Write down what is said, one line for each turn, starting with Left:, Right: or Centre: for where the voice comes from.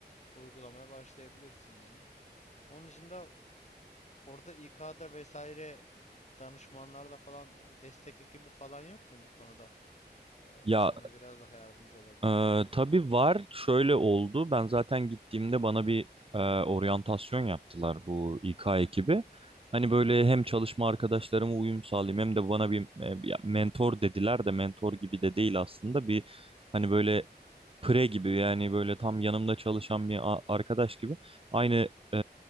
Left: uygulamaya başlayabilirsin yani. Onun dışında Orada İK'da vesaire danışmanlarda falan e, destek ekibi falan yok mu bu konuda? Ee,
Right: Ya
Left: sana biraz daha yardımcı olabilecek.
Right: Ee, tabii var. Şöyle oldu. Ben zaten gittiğimde bana bir e, oryantasyon yaptılar bu İK ekibi. Hani böyle hem çalışma arkadaşlarıma uyum sağlayayım hem de bana bir, e, bir- ya mentor dediler de mentor gibi de değil aslında. Bir hani böyle pre gibi yani böyle tam yanımda çalışan bir a- arkadaş gibi aynı e,